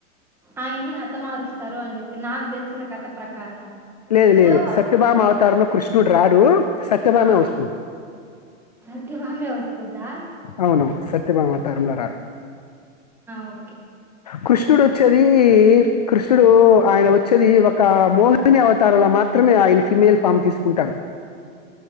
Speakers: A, in the centre; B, on the left.
A: ఆయన్ని హ హత మారుస్తారు అని చెప్పి నాకు తెలిసిన కథ ప్రకారము
B: లేదు లేదు
A: సో
B: సత్యభామ
A: ఆ
B: అవతారంలో కృష్ణుడు రాడు సత్యభామే
A: ఆ
B: వస్తుంది
A: సత్యభామే వస్తుందా
B: అవునవును సత్యభామ అవతారంలో రాడు
A: ఓ
B: కృష్ణుడు వచ్చేది కృష్ణుడు ఆయన వచ్చేది ఒక మోహిని అవతారంలో మాత్రమే ఆయన ఫిమెల్ ఫామ్ తీసుకుంటారు